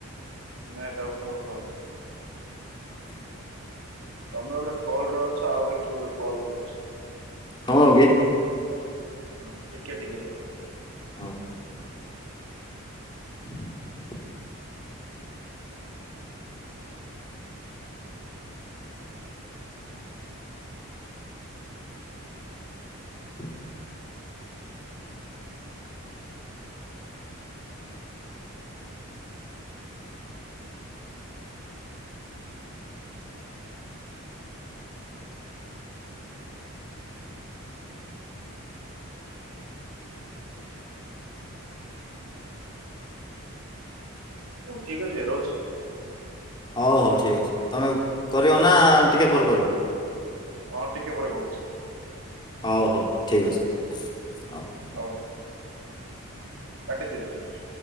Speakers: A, on the right; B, on the left.
A: ନାଇଁ ତାକୁ କଲ କରନି।
B: ହ।
A: ତମେ ଗୋଟେ କଲ ରେ ଅଛ। ଆଉ ଗୋଟେ କିଏ ଗୋଟେ କଲ୍ କରୁଛି।
B: ହଁ କି।
A: ହଁ ଟିକେ ଟିକେ ରୁହ।
B: ହଉ <inaudible> <inaudible>
A: ହଉ ଠିକ ଅଛି ରହୁଛି।
B: ହଉ ହଉ ଠିକ୍ ଅଛି। ତମେ କରିବ ନା ଟିକିଏ
A: ହଁ
B: ପରେ କରିବ।
A: ହଁ ଟିକେ ପରେ କହୁଛି।
B: ହଉ ହଉ ଠିକ ଅଛି ହଉ।
A: ହଉ। କାଟି ଦିଅ ଜଲଦି।